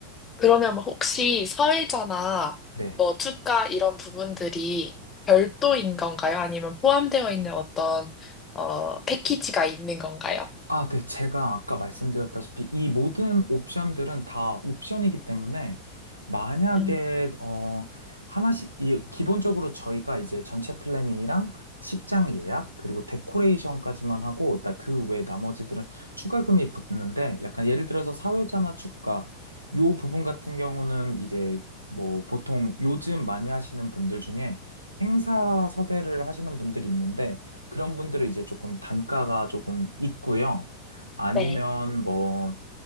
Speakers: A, on the left (about 20°); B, on the right (about 85°).
A: 그러면 뭐 혹시 사회자나
B: 네.
A: 뭐 투자 이런 부분들이 별도인 건가요? 아니면 포함되어 있는 어떤 어, 패키지가 있는 건가요?
B: 아, 네. 제가 아까 말씀드렸다시피 이 모든 옵션들은 다 옵션이기 때문에 만약에,
A: 음,
B: 어, 하나씩, 이, 기본적으로 저희가 이제 전체 플래닝이랑 십장 예약, 그리고 데코레이션까지만 하고, 나- 그 외 나머지들은 추가금이 붙는데, 약간 예를 들어서 사회자나 축가, 요 부분 같은 경우는 이제 뭐 보통 요즘 많이 하시는 분들 중에 행사 섭외를 하시는 분들이 있는데, 그런 분들은 이제 조금 단가가 조금 있고요. 아니면
A: 네.
B: 뭐